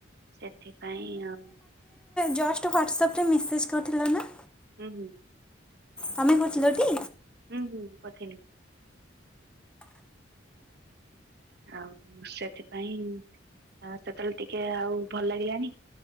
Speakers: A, on the right; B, in the centre.
A: ସେଥିପାଇଁ ଆଉ
B: ଜଷ୍ଟ୍ ୱାଟସପ୍ ରେ ମେସେଜ୍ କରିଥିଲ ନା?
A: ହୁଁ, ହୁଁ।
B: ତମେ କରିଥିଲ ଟି?
A: ହୁଁ, ହୁଁ ପଥେଇନି। ଆଉ ସେଥିପାଇଁ ଆ ସେତେବେଳେ ଟିକେ ଆଉ ଭଲ ଲାଗିଲାଣି